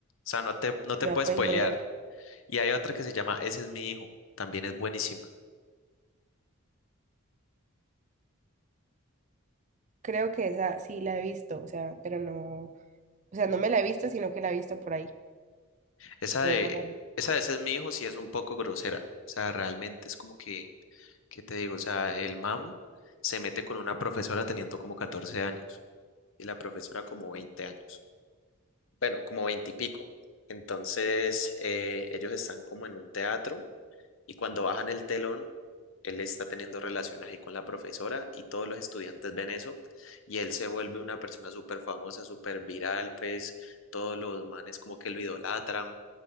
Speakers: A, on the left (about 60°); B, on the right (about 35°).
A: sea, no te, no te
B: Vea,
A: puedes
B: pues
A: spoilear,
B: voy a ver.
A: Y hay otra que se llama Ese es mi hijo, también es buenísima.
B: Creo que esa sí la he visto, o sea, pero no, o sea, no me la he visto, sino que la he visto por ahí.
A: Esa
B: Entonces,
A: de,
B: bueno,
A: esa de Ese es mi hijo sí es un poco grosera. O sea, realmente es como que, ¿qué te digo? O sea, el mam se mete con una profesora teniendo como 14 años y la profesora como 20 años. Bueno, como 20 y pico. Entonces, eh, ellos están como en un teatro Y cuando bajan el telón, él está teniendo relaciones ahí con la profesora y todos los estudiantes ven eso y él se vuelve una persona súper famosa, súper viral, pues todos los manes como que lo idolatran.